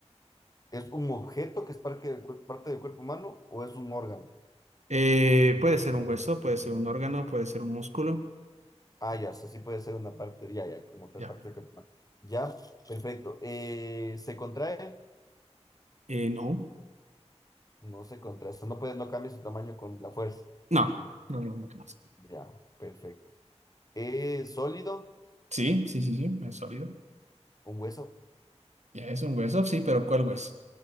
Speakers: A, on the left (about 30°); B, on the right (about 85°).
A: ¿Es un objeto que es parte del cuer- parte del cuerpo humano o es un órgano?
B: Eh, puede ser un hueso, puede ser un órgano, puede ser un músculo.
A: Ah, ya, o sea, sí puede ser una parte, ya, ya, como otra
B: Ya.
A: parte del cuerpo humano. Ya, perfecto. Eh, ¿se contrae?
B: Eh, no.
A: No se contrae, o sea, no puede, no cambia su tamaño con la fuerza.
B: No. No, no, no, ¿qué más?
A: Ya, perfecto. ¿Es sólido?
B: Sí, sí, sí, sí, es sólido.
A: ¿Un hueso?
B: Ya es un hueso, sí, pero ¿cuál hueso?